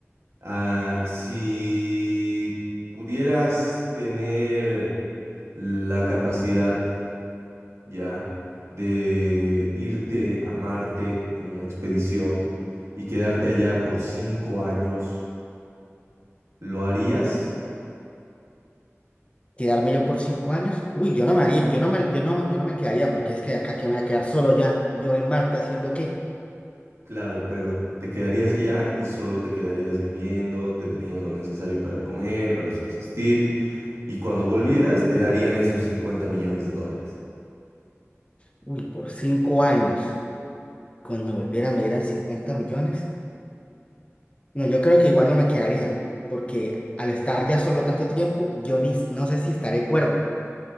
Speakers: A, on the right; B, on the left.
A: ah, si pudieras tener la capacidad ya de irte a Marte en una expedición y quedarte allá por cinco años, ¿lo harías?
B: Quedarme yo por 5 años, uy, yo no me haría, yo no me, yo no, yo no me quedaría porque es que acá que me voy a quedar solo ya, yo en Marte haciendo qué,
A: Claro, pero te quedarías allá y solo te quedarías viviendo, te darían lo necesario para comer, para subsistir. Y cuando volvieras, te darían esos 50 millones de dólares.
B: uy, por 5 años, cuando volviera me dieran 50 millones, no, yo creo que igual no me quedaría, porque al estar ya solo tanto tiempo, yo ni, no sé si estaré cuerdo.